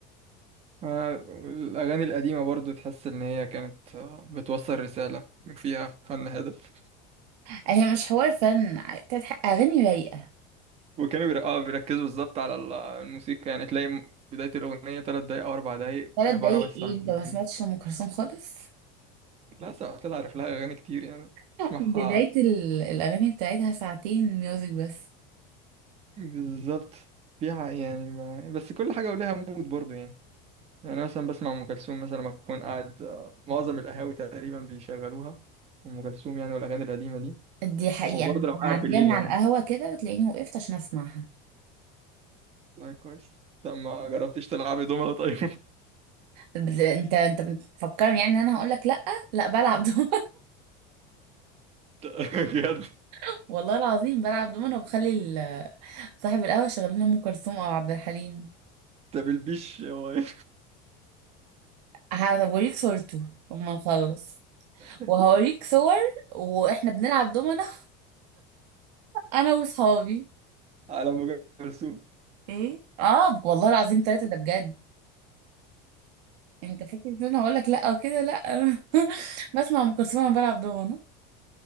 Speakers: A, on the right; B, on the right.
A: ما- الأغاني القديمة برضو تحس إن هي كانت آه، بتوصل رسالة فيها فن هادف
B: هي مش حوار فن بتاعت حق- اغاني رايقه
A: وكانوا بير- آه بيركزوا بالظبط على ال- الموسيقى يعني تلاقي م- بداية الأغنية تلات دقايق أو أربع دقايق
B: ثلاث
A: عبارة
B: دقايق
A: بس
B: ايه
A: عن النبي.
B: انت ما سمعتش لأم كلثوم خالص
A: لا سواء طلع عارف لها أغاني كتير يعني
B: <laughs>
A: تسمعها
B: بدايه ال- الاغاني بتاعتها ساعتين ميوزك بس
A: بالظبط فيها يعني ما بس كل حاجة ولها مود برضو يعني يعني أنا مثلا بسمع أم كلثوم مثلا لما أكون قاعد آه، معظم القهاوي تقريبا بيشغلوها أم كلثوم يعني والأغاني القديمة دي
B: دي حقيقة
A: وبرضه
B: أنا ببقى
A: لو قاعد
B: معدية
A: بالليل
B: من
A: يعني
B: على القهوة كده بتلاقيني وقفت عشان أسمعها
A: لا كويس طب ما جربتش تلعبي دومنة طيب
B: بت- أنت أنت بتفكرني يعني إن أنا هقول لك لأ لأ بلعب دومنة
A: <laughs> بجد
B: <laughs> والله العظيم بلعب دومنة وبخلي ال- صاحب القهوة شغال لنا أم كلثوم أو عبد الحليم
A: ده بالبيش هو إيه؟
B: هوريك صورته أما نخلص
A: <laughs>
B: وهوريك صور وإحنا بنلعب دومنة أنا وصحابي
A: على أم كلثوم
B: إيه آه والله العظيم ثلاثة ده بجد أنت فاكر إن أنا هقول لك لأ وكده لأ <laughs> بسمع أم كلثوم وأنا بلعب دومنة